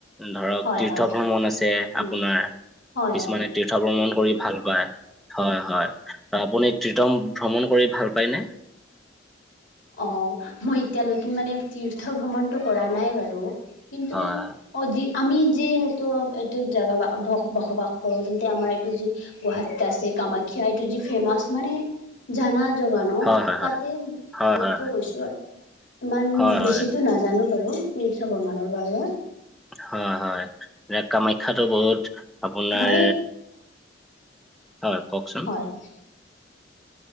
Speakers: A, in the centre; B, on the left.
A: ধৰক
B: হয়
A: তীৰ্থ
B: হয়
A: ভ্ৰমণ আছে
B: উম
A: আপোনাৰ
B: হয়
A: কিছুমানে
B: হয়
A: তীৰ্থ ভ্ৰমণ কৰি ভাল পায় হয় হয়। আপুনি তিত্ৰম ভ্ৰমণ কৰি ভাল পায়নে?
B: অ মই এতিয়ালৈকে মানে তীৰ্থ ভ্ৰমণটো কৰা নাই বাৰু। কিন্তু
A: হয়
B: অ যি আমি যি সেইটো এইটো জাগাবা বসবাস কৰো তেন্তে আমাৰ এইটো যি গুৱাহাটীত আছে কামাখ্যা, এইটো যি ফেমাচ মানে জানা জগা ন,
A: হয় হয়
B: তাতে
A: হয়,
B: মাত্ৰ
A: হয়,
B: গৈছোঁ আৰু ইমান
A: হয়,
B: বেছিতো
A: হয়,
B: নাজানো বাৰু তীৰ্থ ভ্ৰমণৰ বাবে।
A: হয় হয় কামাখ্যাটো বহুত আপোনাৰ
B: মই
A: হয় কওকচোন।
B: <inaudible>